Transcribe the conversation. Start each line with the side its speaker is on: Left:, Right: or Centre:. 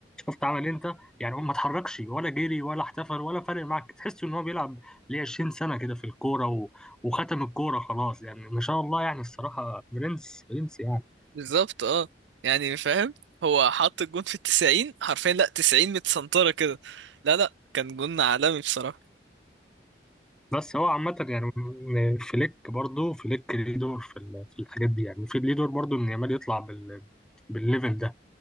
Centre: شفت عمل ايه انت يعني هو ما اتحركش ولا جري ولا احتفل ولا فارق معاك تحس ان هو بيلعب ليه 20 سنة كده في الكورة وختم الكورة خلاص يعني ما شاء الله يعني الصراحة برنس برنس يعني
Right: بالظبط اه يعني فاهم هو حط الجون في التسعين حرفيا لا تسعين متسنطرة كده لا لا كان جون عالمي بصراحة
Centre: بس هو عامة يعني م- فليك برضه فليك ليه دور في ال- في الحاجات دي يعني في ليه دور برضه إن يامال يطلع بال بالليفل ده